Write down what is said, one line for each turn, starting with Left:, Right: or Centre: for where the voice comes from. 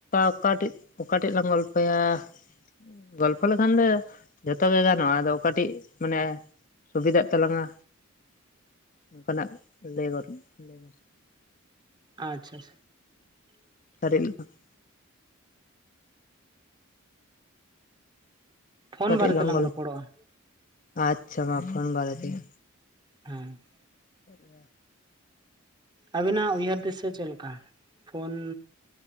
Left: ᱚᱠᱟᱴᱤᱡ ᱚᱠᱟᱴᱮᱱ ᱞᱟᱝ ᱜᱚᱞᱯᱷᱚᱭᱟ ᱾ ᱜᱚᱞᱯᱷᱚ ᱞᱮᱠᱷᱟᱱ ᱫᱚ ᱡᱷᱚᱛᱚ ᱜᱮ ᱜᱟᱱᱚᱜᱼᱟ ᱟᱫᱚ ᱚᱠᱟᱴᱤᱡ ᱢᱟᱱᱮ ᱥᱩᱵᱤᱫᱷᱟᱜ ᱛᱟᱞᱟᱝᱟ ᱚᱱᱠᱟᱱᱟᱜ ᱞᱟᱹᱭ ᱜᱚᱫ ᱢᱮ ᱾
Right: ᱟᱪᱪᱷᱟ ᱟᱪᱪᱷᱟ
Left: ᱫᱟᱨᱮ ᱨᱮᱱᱟᱜ ᱾ <unintelligible>
Right: ᱯᱷᱳᱱ
Left: ᱚᱠᱟᱴᱤᱡ
Right: ᱵᱟᱨᱮ
Left: ᱞᱟᱝ
Right: ᱛᱮᱞᱟᱝ
Left: ᱜᱚᱞ
Right: ᱨᱚᱯᱚᱲᱚᱜᱼᱟ
Left: ᱟᱪᱪᱷᱟ ᱢᱟ ᱯᱷᱳᱱ ᱵᱟᱨᱮ ᱛᱮ ᱾
Right: ᱦᱮᱸ <unintelligible>
Left: ᱟᱨ <unintelligible>
Right: ᱟᱵᱤᱱᱟᱜ ᱩᱭᱦᱟᱹᱨ ᱫᱤᱥᱟᱹ ᱪᱮᱫ ᱞᱮᱠᱟ ᱯᱷᱳᱱ